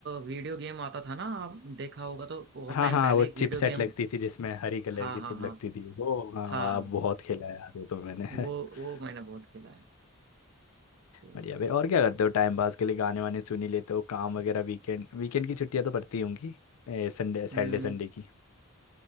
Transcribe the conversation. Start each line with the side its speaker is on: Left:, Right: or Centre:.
Right: वीडियो गेम आता था ना आप देखा होगा तो बहुत
Left: हाँ
Right: टाइम
Left: हाँ
Right: पहले
Left: वो
Right: एक
Left: चिप
Right: वीडियो
Left: सेट
Right: गेम
Left: लगती थी जिसमें हरी कलर
Right: हाँ
Left: की
Right: हाँ
Left: चिप
Right: हाँ
Left: लगती थी वो हाँ
Right: हाँ
Left: वाह बहुत खेला है यार वो तो मैंने <laughs>
Right: वो वो मैंने बहुत खेला है तो
Left: बढ़िया भाई और क्या करते हो टाइम पास के लिए गाने वाने सुन ही लेते हो काम वगैरह वीकेंड वीकेंड की छुट्टियां तो पड़ती होंगी ए, संडे सैटरडे
Right: हम्म
Left: संडे की